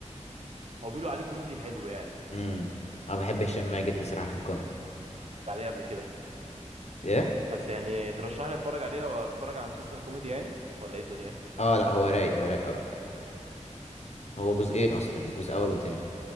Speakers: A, on the right; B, on the left.
A: هو بيقولوا عليه كوميدي حلو يعني
B: امم انا بحب هشام ماجد بصراحه في الكوميدي
A: عليه قبل كده
B: ايه
A: بس يعني ترشح لي اتفرج عليه لو اتفرج على مسلسل كوميدي يعني ولا ايه الدنيا
B: اه لا هو رايق هو رايق قوي هو جزئين اصلا يعني جزء اول وتاني